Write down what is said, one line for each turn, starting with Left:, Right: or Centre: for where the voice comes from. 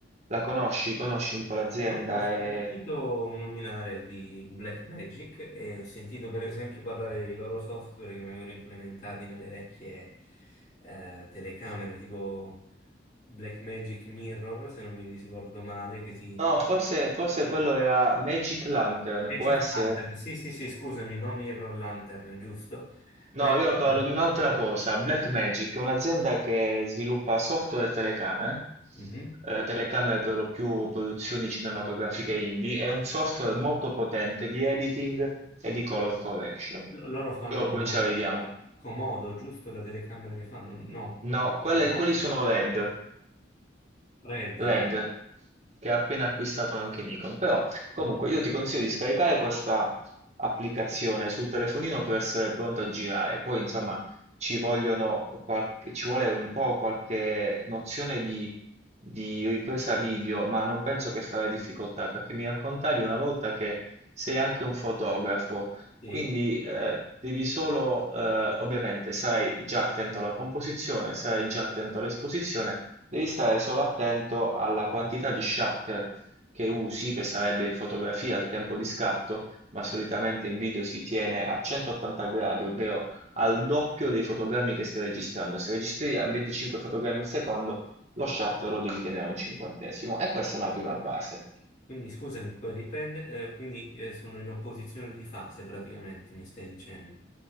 Right: La conosci? Conosci un po' l'azienda?
Left: No, ho
Right: E...
Left: sentito nominare di Blackmagic e ho sentito per esempio parlare dei loro software che vengono implementati nelle vecchie eh, telecamere, tipo Blackmagic Mirror, se non mi ricordo male, che si...
Right: No, forse, forse quello era Magic Lantern,
Left: Magic
Right: può essere?
Left: Lantern, sì, sì, sì, scusami, no Mirror Lantern, giusto?
Right: No,
Left: Magic
Right: io parlo
Left: Lantern.
Right: di un'altra cosa, Blackmagic è un'azienda che sviluppa software e telecamere,
Left: Mhm.
Right: eh, telecamere per lo più produzioni cinematografiche indie, è un software molto potente di editing e di color correction.
Left: Lo- Loro fanno
Right: Però poi ci arriviamo.
Left: Comodo, giusto? La telecamera che fanno? No,
Right: No,
Left: no,
Right: quelle-
Left: Comodo
Right: quelli sono RED,
Left: Red.
Right: Red, che ha appena acquistato anche Nikon. Però, comunque,
Left: giusto?
Right: io ti consiglio di scaricare questa applicazione sul telefonino per essere pronto a girare. Poi, insomma, ci vogliono qualche- ci vuole un po' qualche nozione di, di ripresa video, ma non penso che farai difficoltà, perché mi raccontavi una volta che sei anche un fotografo,
Left: Sì.
Right: quindi eh, devi solo, eh, ovviamente, sarai già attento alla composizione, sarai già attento all'esposizione Devi stare solo attento alla quantità di shutter che usi, che sarebbe in fotografia il tempo di scatto, ma solitamente in video si tiene a 180 gradi, ovvero al doppio dei fotogrammi che stai registrando. Se registri a 25 fotogrammi al secondo, lo shutter lo devi tenere a un cinquantesimo e questa è una prima base.
Left: Quindi scusami, puoi riprendere, quindi eh, sono in opposizione di fase praticamente, mi stai dicendo.